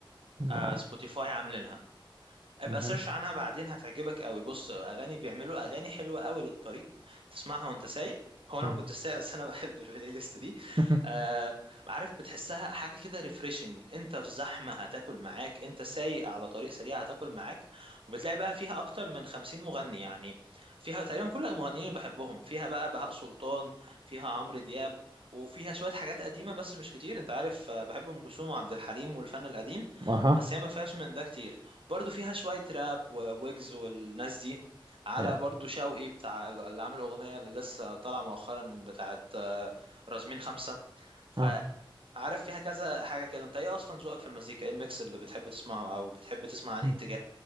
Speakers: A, on the right; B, on the right.
A: مع
B: آه سبوتيفاي عاملينها ابقى
A: مه.
B: سيرش عنها بعدين هتعجبك قوي بص اغاني بيعملوا اغاني حلوه قوي للطريق تسمعها وانت سايق <laughs> هو انا
A: مه.
B: ما
A: مه.
B: كنتش سايق بس انا بحب البلاي ليست دي
A: <laughs>
B: آه عارف بتحسها حاجه كده ريفريشنج انت في زحمه هتاكل معاك انت سايق على طريق سريع هتاكل معاك وبتلاقي بقى فيها اكتر من 50 مغني يعني فيها تقريبا كل المغنيين اللي بحبهم فيها بقى بهاء سلطان فيها عمرو دياب وفيها شويه حاجات قديمه بس مش كتير انت عارف آه، بحب ام كلثوم وعبد الحليم والفن القديم
A: اها
B: بس هي ما فيهاش من ده كتير برضو فيها شوية راب وويجز والناس دي على
A: يا.
B: برضو شوقي بتاع اللي عامل أغنية اللي لسه طالعة مؤخرا بتاعت آه، رازمين خمسة فعارف
A: اه
B: فيها كذا حاجة كده انت ايه أصلا ذوقك في المزيكا ايه الميكس اللي بتحب تسمعه أو بتحب تسمع أنهي
A: مم.
B: اتجاه